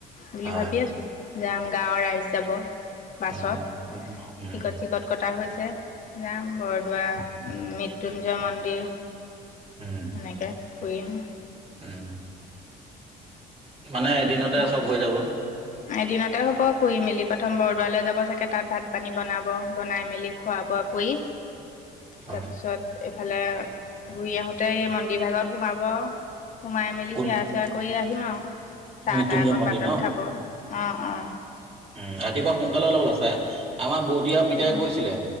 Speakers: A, on the left (about 50°); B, on the right (about 35°).
A: বুলি
B: হয়
A: ভাবি আছোঁ, যাম। গাঁৱৰ ৰাইজ যাব। বাছত,
B: উম উম উম
A: টিকট-চিকট কটা হৈছে। যাম বৰদোৱা, মৃত্যুঞ্জয় মন্দিৰ।
B: উম
A: এনেকে ফুৰিম।
B: উম। মানে এদিনতে
A: মই
B: চব
A: আকৌ
B: হৈ যাব
A: এদিনতে হ'ব ফুৰি মেলি। প্ৰথম বৰদোৱালৈ যাব চাগে! তাত ভাত-পানী বনাব। বনাই মেলি খোৱা-বোৱা কৰি
B: হয়
A: তাৰপিছত এইফালে ঘূৰি আহোতে এই মন বিভাগত সোমাব। সোমাই মেলি
B: কোন
A: সেৱা-চেৱা কৰি আহিম আৰু। চাহ-তাহ
B: মৃত্যুঞ্জয়
A: অকণ
B: মন্দিৰ
A: বাটত খাব। অ', অ।
B: উ ৰাতিপুৱা সোনকালে ওলাব <unintelligible> আমাৰ বৌতি আৰু
A: উম
B: পিতাই গৈছিলে।